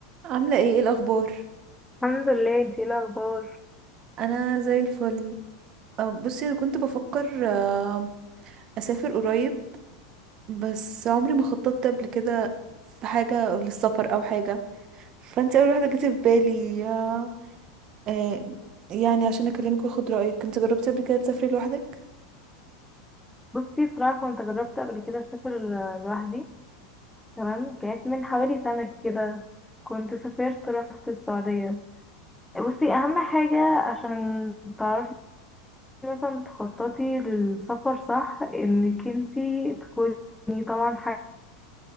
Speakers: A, on the right; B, in the centre.
A: عاملة ايه ايه الأخبار؟
B: الحمد لله انتي ايه الاخبار
A: أنا زي الفل أه، بصي أنا كنت بفكر آه، أسافر قريب بس عمري ما خططت قبل كده في حاجة للسفر أو حاجة فانت أول واحدة جت في بالي آه، آه، يعني عشان أكلمك وأخد رأيك انت جربتي قبل كده تسافري لوحدك؟
B: بصي بصراحه كنت جربت قبل كده اسافر لوحدي تمام كانت من حوالي سنه كده كنت سافرت رحت السعوديه بصي اهم حاجه عشان تعرفي مثلا تخططي للسفر صح انك انتي تكوني طبعا حاجه